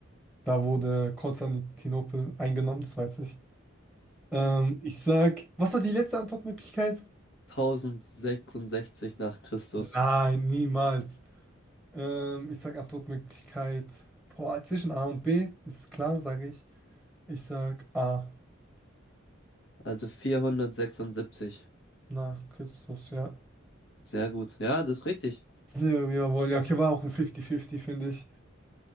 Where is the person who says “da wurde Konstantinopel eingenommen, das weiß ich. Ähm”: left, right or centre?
Centre